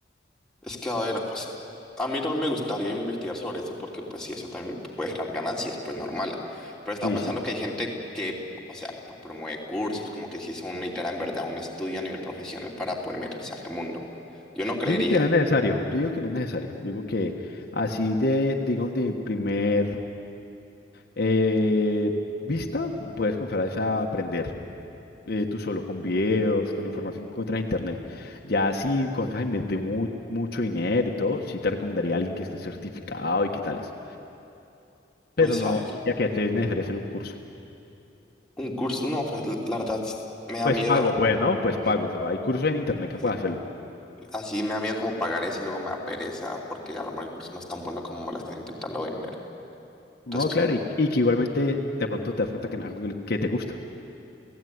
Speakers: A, in the centre; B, on the left (about 55°).
A: Es que, a ver, pues a mí también me gustaría investigar sobre eso porque pues sí, eso también puede generar ganancias, pues normal. Pero estaba
B: Sí,
A: pensando
B: sí.
A: que hay gente que, o sea, pr- promueve cursos, como que si es una necesitara en verdad un estudio a nivel profesional para poder meterse a ese mundo. Yo no creería.
B: Yo digo que no es necesario. Yo digo que no es necesario. Yo digo que así de, digamos, de mi primer Eh, vista, puedes comenzar a aprender eh, tú solo, con videos, con información que encuentras en internet. Ya si comienzas a invertir mu- mucho dinero y todo, sí te recomendaría a alguien que esté certificado y qué tales.
A: Pues
B: Pero no,
A: a ver,
B: ya que este es necesario hacer un curso.
A: un curso, no, pues, la la verdad s- me da
B: Pues
A: miedo.
B: pago, pues, ¿no? Pues pago.
A: mm,
B: O sea, hay cursos en internet que
A: sí,
B: puedes hacerlo.
A: Así me da miedo como pagar eso y luego me da pereza porque a lo mejor el curso no es tan bueno como me lo están intentando vender. entonces
B: No, claro, y, y que igualmente de pronto te das cuenta que no es algo que, que te gusta.